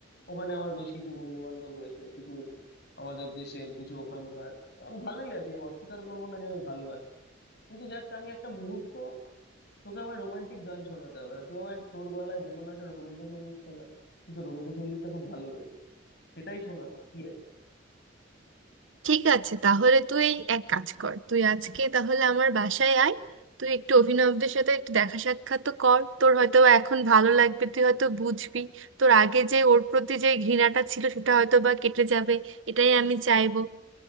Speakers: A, on the left; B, on the right.
A: ওখানে আমার বেশ কিছু বন্ধু বান্ধব হয়েছে কিছু আমাদের দেশের কিছু ওখানকার আমি ভালোই আছি আমি অস্বীকার করবো না যে আমি ভালো আছি কিন্তু জাস্ট আমি একটা মুহূর্ত তোকে আমার রোমান্টিক গান শোনাতে হবে না তুই আমার তোর গলায় যে কোনো একটা রবীন্দ্রসঙ্গীত শোনা কিন্তু রবীন্দ্রসঙ্গীতটা খুব ভালো গাইছিস সেটাই শোনা না কি
B: ঠিক আছে তাহলে তুই এক কাজ কর তুই আজকে তাহলে আমার বাসায় আয় তুই একটু অভিনবদের সাথে একটু দেখা সাক্ষাৎ তো কর তোর হয়তো বা এখন ভালো লাগবে তুই হয়তো বুঝবি তোর আগে যে ওর প্রতি যে ঘৃণাটা ছিল সেটা হয়তো বা কেটে যাবে এটাই আমি চাইবো